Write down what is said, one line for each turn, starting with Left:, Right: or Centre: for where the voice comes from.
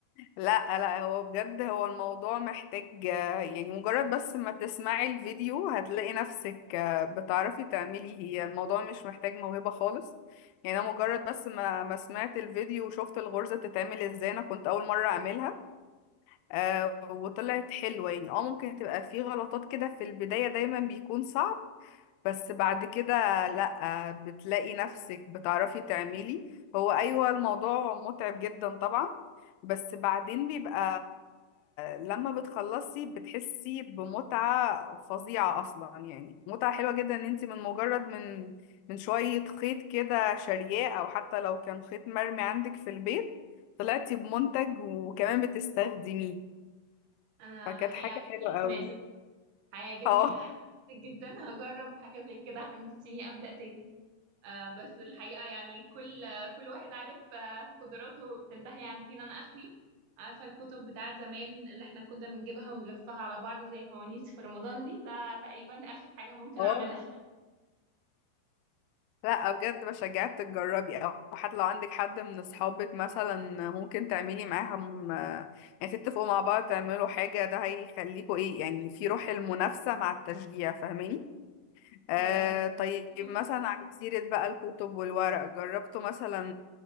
Left: لا لا هو بجد هو الموضوع محتاج آه، يعني مجرد بس ما تسمعي الفيديو هتلاقي نفسك آه، بتعرفي تعملي هي الموضوع مش محتاج موهبة خالص يعني انا مجرد بس ما ما سمعت الفيديو وشفت الغرزة بتتعمل ازاي انا كنت اول مرة اعملها آه، وطلعت حلوة يعني اه ممكن تبقى في غلطات كده في البداية دايما بيكون صعب بس بعد كده لأ بتلاقي نفسك بتعرفي تعملي هو أيوة الموضوع متعب جدا طبعا بس بعدين بيبقى لما بتخلصي بتحسي بمتعة فظيعة أصلا يعني متعة حلوة جدا إن انت من مجرد من من شوية خيط كده شارياه أو حتى لو كان خيط مرمي عندك في البيت طلعتي بمنتج وكمان بتستخدميه
Right: أنا
Left: فكانت
Right: هيعجبني
Left: حاجة حلوة
Right: حماسك
Left: قوي
Right: هيعجبني
Left: اه
Right: <laughs> حماسك جدا هجرب حاجة زي كده حمستيني أبدأ تاني آه بس الحقيقة يعني كل كل واحد عارف آه قدراته بتنتهي عند فين أنا آخري عارفة الكتب بتاعت زمان اللي احنا كنا بنجيبها ونلفها على بعض زي فوانيس في رمضان دي ده تقريبا آخر حاجة ممكن
Left: اه
Right: أعملها
Left: لا بجد بشجعك تجربي او حتى لو عندك حد من اصحابك مثلا ممكن تعملي معاهم آه، يعني تتفقوا مع بعض تعملوا حاجة ده هيخليكوا ايه يعني في روح المنافسة مع التشجيع فاهماني آه
Right: و
Left: طيب
Right: <laughs>
Left: مثلا على سيرة بقى الكتب والورق جربتوا مثلا